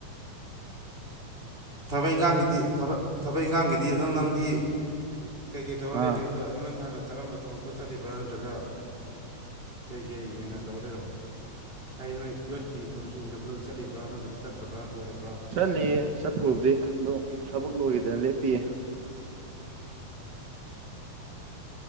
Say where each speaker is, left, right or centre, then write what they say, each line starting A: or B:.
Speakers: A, on the right (about 15°); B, on the right (about 65°).
A: ꯊꯕꯛ ꯏꯪꯈꯥꯡꯒꯤꯗꯤ ꯊꯕꯛ ꯏꯪꯈꯥꯡꯒꯤꯗꯤ ꯑꯗꯨꯝ ꯅꯪꯗꯤ ꯀꯩꯀꯩ ꯇꯧꯔ
B: ꯑꯥ
A: ꯂꯩꯕ ꯌꯨꯝ ꯅꯪ ꯍꯥꯟꯅ ꯆꯠꯂꯝꯝꯕ ꯊꯕꯛꯇꯣ ꯆꯠꯂꯤꯕ꯭ꯔꯥ ꯅꯠꯇ꯭ꯔꯒ ꯀꯩꯀꯩ ꯑꯣꯏꯅ ꯇꯧꯔ ꯂꯩꯔꯕꯥ ꯍꯥꯏꯗꯤ ꯅꯣꯏ ꯌꯣꯠꯀꯤ ꯊꯕꯛ ꯁꯨꯕ ꯆꯠꯄꯗ ꯆꯠꯂꯤꯕ꯭ꯔꯥ ꯅꯠꯇ꯭ꯔꯒ ꯆꯠꯇ꯭ꯔꯕ꯭ꯔꯥ ꯂꯣꯏꯔꯕ꯭ꯔꯥ
B: ꯆꯠꯂꯤꯌꯦ ꯆꯠꯄꯕꯨꯗꯤ ꯑꯗꯣ ꯊꯕꯛ ꯂꯣꯏꯈꯤꯗꯅ ꯂꯦꯞꯄꯤꯌꯦ
A: <inaudible>